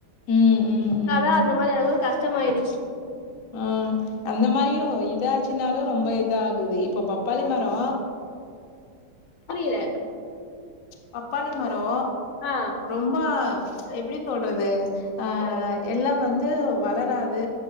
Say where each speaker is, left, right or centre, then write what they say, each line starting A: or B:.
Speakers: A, on the left (about 55°); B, on the left (about 75°).
A: ம், ம்,
B: அதனால
A: ம்.
B: தா அந்த மாரி ஆவு கஷ்டமா ஆய்டுச்சி
A: ஆ அந்த மாரியு இதாச்சுனாலு ரொம்ப இதாகுது இப்ப பப்பாளி மரோ
B: புரியல
A: பப்பாளி மரோ
B: ஆ
A: ரொம்பா எப்டி சொல்றது அ எல்லா வந்து வளராது